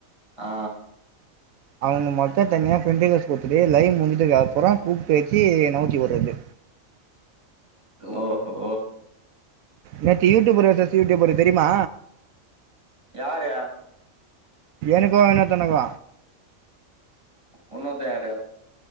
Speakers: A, on the right; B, on the right.
A: ஆ
B: அவங்க மட்டு தனியா ஃப்ரெண்டிக்வஸ்ட் குடுத்துட்டு லைவ் முஞ்சிட்டுக்கு அப்பறோ கூப்பி வச்சி நவுத்தி வுட்றது
A: ஓஹோ
B: நேத்து யூடியூபர் வெசஸ் யூடியூபர் தெரிமா
A: யாரு
B: எனக்கு இன்னேர்தனுக்கு
A: இன்னொருத்தன் யாரு?